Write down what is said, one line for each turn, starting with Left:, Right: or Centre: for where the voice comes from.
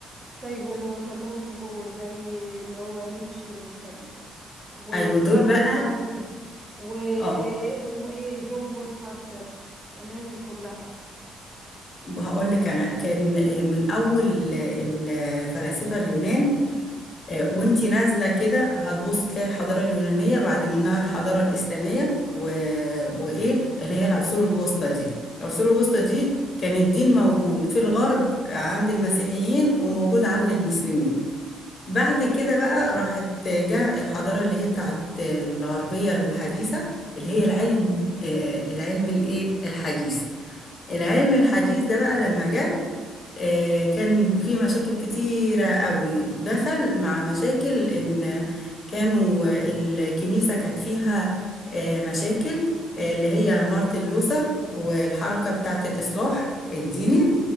Right: طيب واللي وصل لهم نبوه زي اللي هو نيتشه مثلا وكارل
Left: ايوه دول بقى
Right: ماركس واسمه
Left: اه
Right: ايه جون بول سارتر الناس دي كلها
Left: هقول لك انا كان آه، من اول الفلاسفه اليونان وانتي نازله كده هتبصي تلاقي الحضاره اليونانيه بعد منها الحضاره الاسلاميه و... وايه اللي هي العصور الوسطى دي العصور الوسطى دي كان الدين موجود في الغرب عند المسيحيين وموجود عند المسلمين بعد كده بقى راحت جاء الحضاره اللي هي بتاعت الغربيه الحديثه اللي هي العلم آه، العلم الايه الحديث العلم الحديث ده بقى لما جه آه، كان في مشاكل كتيرة قوي دخل مع مشاكل إن كانوا الكنيسة كانت فيها آه، مشاكل آه، اللي هي مارتن لوثر والحركة بتاعة الإصلاح الديني